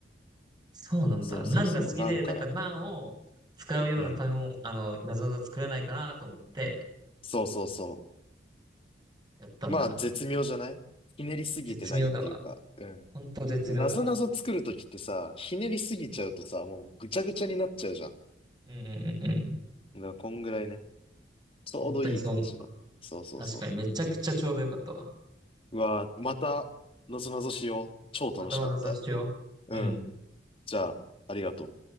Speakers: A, on the right; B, on the left.
A: そうなんだ。
B: そうそうそう。
A: ナンが好きで、
B: なんから、
A: なんかナンを使うような食べ物、
B: うん。
A: あの、なぞなぞ作れないかなと思って
B: そうそうそ
A: やったんだ。
B: う。まあ、絶妙じゃないひねりすぎてないっていうか、
A: 絶妙だわ。
B: うん。
A: 本当絶妙だわ。
B: なぞなぞ作るときってさ、ひねりすぎちゃうとさ、もうぐちゃぐちゃになっちゃうじゃん。
A: うんうんうんうん。
B: だから、こんぐらいね。ちょうどいい感じの。
A: 本当にそう思う。
B: そうそうそ
A: 確かにめちゃくちゃちょうどよかったわ。
B: う。うわーまた、なぞなぞしよう。超楽しかった。
A: またはなぞなぞしよう。
B: うん。
A: うん。
B: じゃあ、ありがとう。